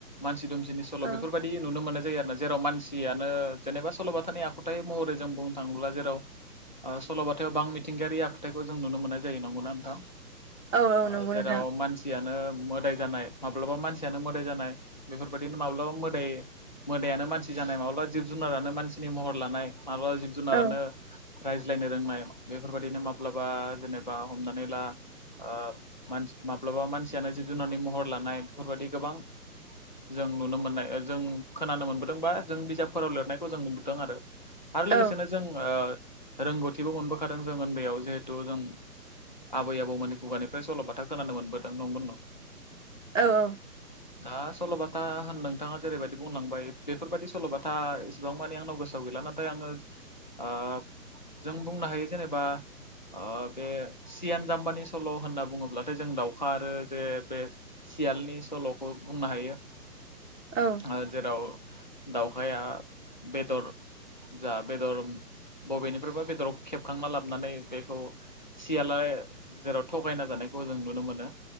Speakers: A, on the left (about 30°); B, on the right (about 50°).
A: मानसि दुमसिनि सल'
B: औ
A: बेफोरबायदि दि नुनो मोननाय जायो आरोना जेराव मानसियानो जेनेबा सल'बाथानि आखुथाय महरै जों बुंनो थाङोब्ला जेराव ओ सल'बाथ याव बां मिथिंगायारि आखुथायखौ जों नुनो मोननाय जायो नंगौना नोंथां
B: औ
A: ओ
B: नंगौ
A: जेराव
B: नोंथां
A: मानसि सियानो मोदाय जानाय माब्लाबा मानसियानो मोदाय जानाय बेफोरबायादिनो माब्लाबा मोदाय मोदायानो मानसि जानाय माब्लाबा जिब जुनारानो मानसिनि महर लानाय मालाबा जिब जुनारानो
B: औ
A: रायज्लायनो रोंनाय बेफोरबायादिनो माब्लाबा जेनेबा हमनानै ला ओ माब्लाबा मानसियानो जिब जुनारनि महर लानाय बेफोरबाददि गोबां जों नुनो मोननाय जों खोनानो मोनबोदोंबा जों बिजाबफोराव लिरनायखौ जों नुबोदों आरो आरो
B: औ
A: लोगोसेनो जों ओ रोंगौथिबो मोनबोखादों जों उन्दैयाव जिहेथु जों आबै आबौमोनानि खुगानिफ्राय सल'बाथा खोनानो मोनबोदों नंगौ न'
B: औ औ
A: <unintelligible> दा सल'बाथा होन नोंथाङा जेरैबायदि बुंलांबाय बेफोरबायदि सल'बाथा इसेबां मानि आंनाव गोसोआव गैला ना नाथाय आङो ओ जों बुंनो हायो जेनेबा ओ बे सियान जाम्बानि सल' होनना बुङोब्लाथाय जों दाउ खारो जे बे सियालनि सल'खौ बुंनो हायो
B: औ
A: ओ जेराव दाउखाया बेदर जा बेदर बबेनिफ्रायबा बेदराव खेब खांना लाबोनानै बेखौ सियाला जेराव थगायना जानायखौ जों नुनो मोनो